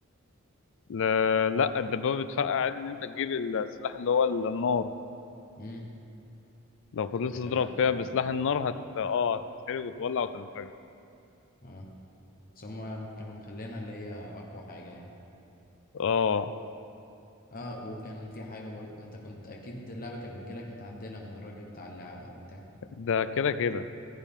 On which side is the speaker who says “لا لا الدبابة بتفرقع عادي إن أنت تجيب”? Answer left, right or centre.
Left